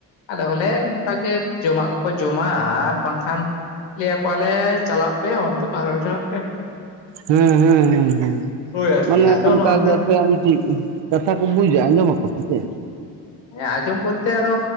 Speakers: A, on the left; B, on the right.
A: ᱟᱞᱮ ᱦᱚᱞᱮ ᱚᱝᱠᱟᱜᱮ ᱡᱚᱢᱟᱜ ᱜᱮᱠᱚ ᱡᱚᱢᱟ ᱟᱨ ᱵᱟᱝᱠᱷᱟᱱ ᱞᱟᱹᱭᱟ ᱠᱚᱣᱟᱞᱮᱼᱼ ᱪᱟᱞᱟᱜ ᱯᱮ ᱚᱱᱛᱮ ᱯᱟᱨᱚᱢ ᱪᱟᱞᱟᱜ ᱯᱮ᱾
B: ᱦᱮᱸ ᱦᱮᱸ ᱦᱮᱸ ᱦᱮᱸ
A: ᱦᱳᱭ ᱟᱨᱠᱤ
B: ᱢᱟᱱᱮ
A: ᱟᱫᱚ
B: ᱚᱱᱠᱟ
A: ᱱᱚᱛᱮ
B: ᱜᱮ ᱟᱯᱮᱭᱟ <unintelligible> ᱠᱟᱛᱷᱟ ᱠᱚ ᱵᱩᱡᱼᱟ ᱟᱸᱡᱚᱢ ᱠᱚ ᱥᱮ ᱪᱮᱫ?
A: ᱦᱮᱸ ᱟᱡᱚᱢ ᱵᱚᱞᱛᱮ ᱟᱫᱚ